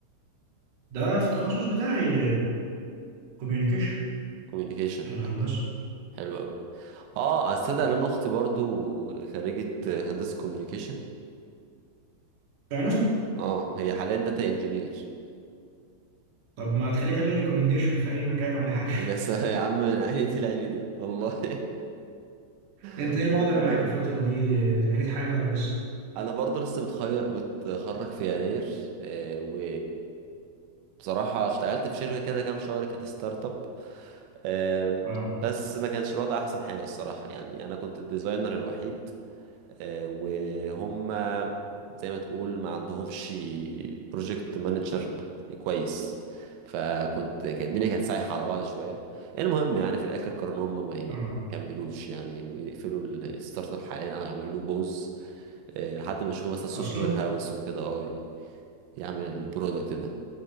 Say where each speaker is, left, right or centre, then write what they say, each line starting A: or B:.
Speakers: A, on the right; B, on the right.
A: ده في التخصص بتاعي كوميونيكيشن
B: كوميونيكيشن حلو
A: هندسة
B: حلو قوي اه استدعي لان اختي برضو خريجة هندسة كوميونيكيشن
A: فعلا
B: اه هي حاليا داتا انجينير
A: طب ما تخليني تعملي ريكومنديشن في أي مكان ولا حاجة <laughs>
B: يا سلام يا عم من عيني دي لعيني دي والله
A: أنت
B: <laughs>
A: إيه الوضع
B: انت
A: معاك
B: تأمر
A: الفترة دي آه، لقيت حاجة ولا لسه؟
B: انا برضه لسه متخرج متخرج في يناير آه، و بصراحة اشتغلت في شركة كده كام شهر كانت ستارت اب آم،
A: آه
B: بس ما كانش الوضع احسن حاجة الصراحة يعني انا كنت الديزاينر الوحيد آه، وهم زي ما تقول ما عندهمش بروجكت مانجر كويس فكنت كانت الدنيا كانت سايحة على بعض شوية المهم يعني في الآخر قرروا إن هم ما
A: آه
B: يكملوش يعني ويقفلوا الستارت اب حاليا أو يعملوا له بوز آه، لحد ما يشوفوا مثلا سوفت
A: أصلا
B: وير هاوس وكده اه يعمل البرودكت ده